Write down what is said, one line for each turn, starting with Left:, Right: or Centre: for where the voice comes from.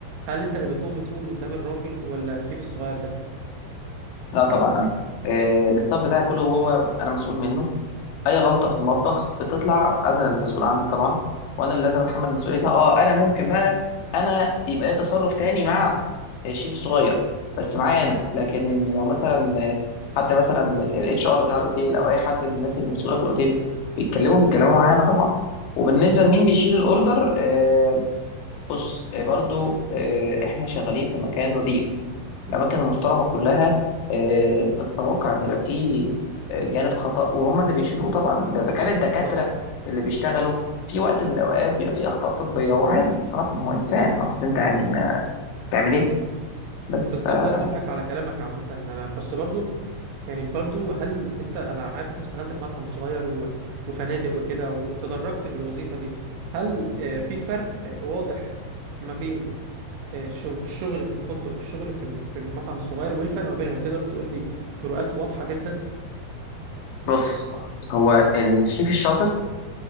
Right: هل انت اللي بتكون مسؤول قدام الراجل ولا الشيف الصغير ده
Left: لا طبعا انا آه، الستاف بتاعي كله هو انا مسؤول منه اي غلطه في المطبخ بتطلع انا المسؤول عنها طبعا وانا اللي لازم اتحمل مسؤوليتها اه انا ممكن بقى انا يبقى لي تصرف تاني مع الشيف الصغير بس معايا انا لكن لو مثلا حد مثلا من الاتش ار بتاع الاوتيل او اي حد من الناس المسؤوله في الاوتيل بيتكلموا بيتكلموا معايا انا طبعا وبالنسبه لمين بيشيل الاوردر آه، بص آه، برضو آه، احنا شغالين في مكان نظيف الأماكن المحترمة كلها آه، بتتوقع إن يبقى فيه آه، جانب خطأ وهم اللي بيشيلوه طبعا ده إذا كان الدكاترة
Right: بالظبط.
Left: اللي بيشتغلوا في وقت من الأوقات بيبقى فيه أخطاء طبية وعادي خلاص ما هو إنسان ما أصل أنت يعني ما تعمل إيه بس
Right: بالظبط
Left: آه،
Right: انا موافقك على كلامك عامه انا بس برضو يعني برضو هل انت انا عارف انت اشتغلت في مطعم صغير و... وفنادق وكده وتدرجت في الوظيفه دي هل آه، في فرق آه، واضح ما بين آه، شغ- الشغل في الفندق والشغل في ال- في المطعم الصغير وايه الفرق ما بينهم يعني تقدر تقول لي فروقات واضحه جدا
Left: بص هو الشيف الشاطر